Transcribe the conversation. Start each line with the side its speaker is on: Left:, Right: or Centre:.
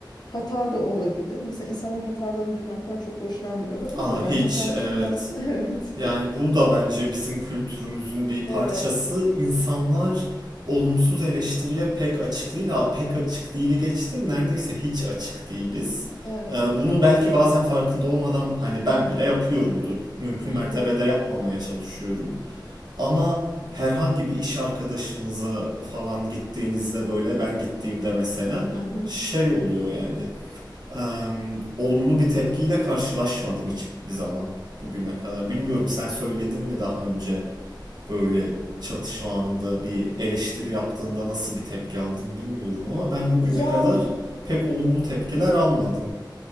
Left: Hata da olabilir. Mesela insanlar hatalarını duymaktan çok hoşlanmıyorlar
Right: Aa
Left: ama yani
Right: hiç
Left: hatanı
Right: evet.
Left: duymaz. <laughs> Evet.
Right: Yani bu da bence bizim kültürümüzün bir
Left: Evet,
Right: parçası. İnsanlar olumsuz eleştiriye pek açık değil. Ha, pek açık değili geçtim. Neredeyse hiç açık değiliz.
Left: evet.
Right: Ee, Bunu belki bazen farkında olmadan hani ben bile yapıyorumdur. Mümkün
Left: Hı
Right: mertebede
Left: hı,
Right: yapmamaya çalışıyorum. Ama herhangi bir iş arkadaşınıza falan gittiğinizde böyle ben gittiğimde mesela
Left: hı hı.
Right: şey oluyor yani e, olumlu bir tepkiyle karşılaşmadım hiçbir zaman bugüne kadar. Bilmiyorum sen söyledin mi daha önce böyle çatışma anında bir eleştiri yaptığında nasıl bir tepki aldın bilmiyorum ama ben bugüne
Left: Yani
Right: kadar pek olumlu tepkiler almadım.